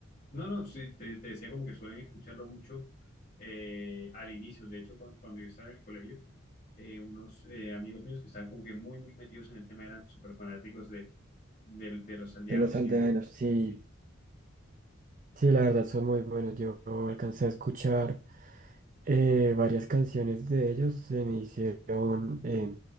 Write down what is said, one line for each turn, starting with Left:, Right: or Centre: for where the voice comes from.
Left: No, no, sí, te, te decía como que suelen escucharlo mucho eh, al inicio. De hecho, cuan- cuando, yo estaba en el colegio, eh, unos eh, amigos míos que estaban como que muy, muy metidos en el tema eran súper fanáticos de, del- de Los Aldeanos
Right: De los aldeanos,
Left: y de...
Right: sí.
Left: y-
Right: Sí, la verdad son muy buenos. Yo alcancé a escuchar eh, varias canciones de ellos. Se me hicieron eh,